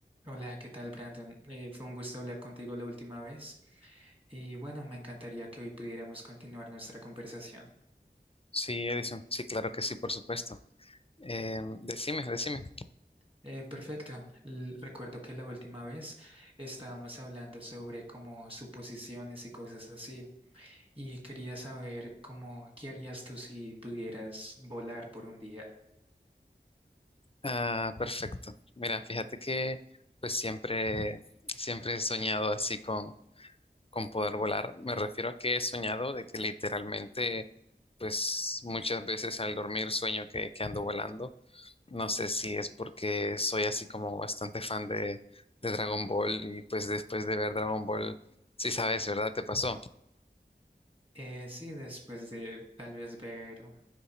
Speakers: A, on the right; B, on the left.
A: Hola, ¿qué tal, Brandon? Eh, fue un gusto hablar contigo la última vez y bueno, me encantaría que hoy pudiéramos continuar nuestra conversación.
B: Sí, Edison, sí, claro que sí, por supuesto. Eh, decime, decime.
A: Eh, perfecto. L- recuerdo que la última vez estábamos hablando sobre como suposiciones y cosas así y quería saber cómo, ¿qué harías tú si pudieras volar por un día?
B: Ah, perfecto. Mira, fíjate que pues siempre, siempre he soñado así con, con poder volar. Me refiero a que he soñado de que literalmente pues muchas veces al dormir sueño que, que ando volando. No sé si es porque soy así como bastante fan de, de Dragon Ball y pues después de ver Dragon Ball, sí sabes, ¿verdad? ¿Te pasó?
A: Eh, sí, después de tal vez ver